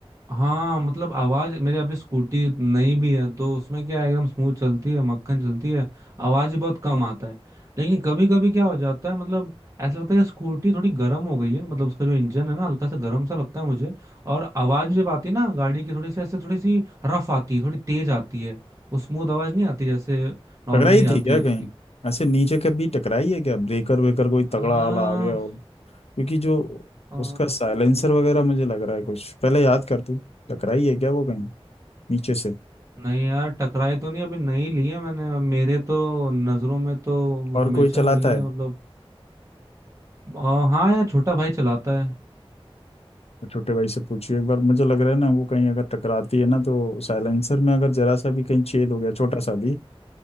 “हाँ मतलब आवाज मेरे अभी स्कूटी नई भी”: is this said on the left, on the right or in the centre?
Right